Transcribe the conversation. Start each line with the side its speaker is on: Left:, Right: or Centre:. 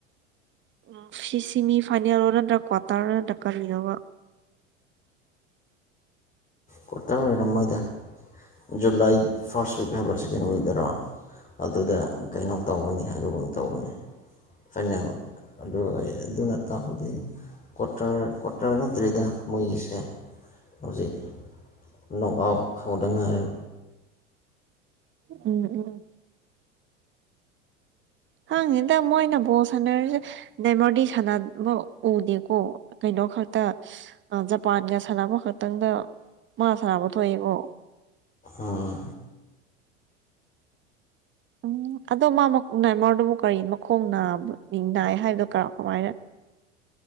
Right: ꯎꯝ ꯐꯤ ꯁꯤꯅꯤ ꯐꯥꯏꯅꯦꯜꯂꯣ ꯅꯠꯇ꯭ꯔ ꯀ꯭ꯋꯥꯇꯔ ꯅꯠꯇ꯭ꯔ ꯀꯔꯤꯅꯣꯕ
Left: ꯀ꯭ꯋꯥꯇꯔ ꯑꯣꯏꯔꯝꯃꯣꯏꯗ ꯖꯨꯂꯥꯏ ꯐꯥꯔꯁꯠ ꯋꯤꯛ ꯍꯥꯏꯕꯔ ꯁꯦꯀꯦꯟ ꯋꯤꯛꯗꯔꯣ ꯑꯗꯨꯗ ꯀꯩꯅꯣ ꯇꯧꯒꯅꯤ ꯍꯥꯏꯕꯒꯨꯝ ꯇꯧꯕꯅꯤ ꯐꯥꯏꯅꯥꯜ ꯑꯗꯨ ꯑꯗꯨꯅ ꯇꯥꯛꯄꯗꯤ ꯀ꯭ꯋꯣꯔꯇꯔ ꯀ꯭ꯋꯣꯔꯇꯔ ꯅꯠꯇꯔꯤꯗ ꯃꯣꯏꯒꯤꯁꯦ ꯍꯧꯖꯤꯛ ꯅꯣꯛꯑꯥꯎꯠ ꯍꯧꯗꯥ ꯉꯥꯏꯔꯤ
Right: ꯎꯝ ꯎꯝ ꯈꯉꯗꯦꯗꯥ ꯃꯣꯏꯅ ꯕꯣꯁ ꯁꯥꯟꯅꯔꯤꯁꯦ ꯅꯦꯃꯔꯗꯤ ꯁꯅꯥ ꯕ ꯎꯗꯦꯀꯣ ꯀꯩꯅꯣ ꯈꯛꯇ ꯑꯥ ꯖꯄꯥꯟꯒ ꯁꯥꯟꯅꯕ ꯈꯛꯇꯪꯗ ꯃꯥ ꯁꯥꯟꯅꯕ ꯊꯣꯛꯑꯦꯀꯣ
Left: ꯑꯥ
Right: ꯎꯝ ꯑꯗꯣ ꯃꯥ ꯃꯛ ꯅꯦꯃꯔꯗꯨꯕꯨ ꯀꯔꯤ ꯃꯈꯣꯡ ꯅꯥꯕ ꯝ ꯅꯥꯏ ꯍꯥꯏꯕꯗꯣ ꯀ ꯀꯃꯥꯏꯅ